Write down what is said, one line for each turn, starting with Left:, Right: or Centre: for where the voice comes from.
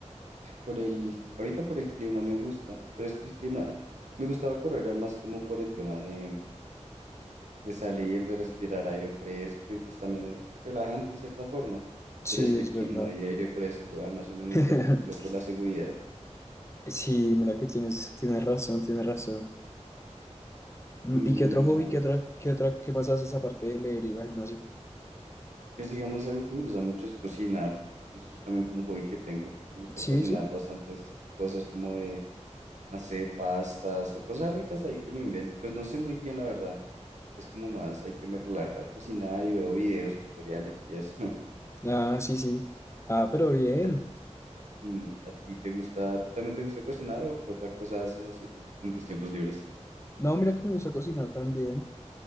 Right: ah, por el, ahorita por el clima me gusta, pero es que el clima, <laughs> ah, me gustaba correr era más como por el tema de, de salir, de respirar aire fresco y pues también es relajante en cierta forma,
Left: Sí,
Right: pero es que
Left: es
Right: aquí
Left: verdad.
Right: no hay aire fresco, además uno no
Left: <laughs>
Right: está tranquilo por la seguridad.
Left: Sí, mira que tienes, tienes razón, tienes razón. Mm,
Right: Mm,
Left: ¿Y qué otro hobby,
Right: a ver,
Left: qué otra, qué otra, qué más haces aparte de leer y ir al gimnasio?
Right: pues digamos algo que me gusta mucho es cocinar. Eso es también como un hobby que tengo. Me gusta
Left: Sí,
Right: cocinar
Left: sí.
Right: bastantes cosas como de, no sé, pastas o cosas ricas ahí que me invento. Pues no sé muy bien la verdad. Es como más, hay que me relaja cocinar y veo videos, tutoriales y eso. <laughs>
Left: Ah, sí, sí. Ah, pero bien.
Right: ¿A, mm, ¿a ti te gusta, a ti también te gusta cocinar o qué otra cosa haces así en tu- en tus tiempos libres?
Left: No, mira que me gusta cocinar también.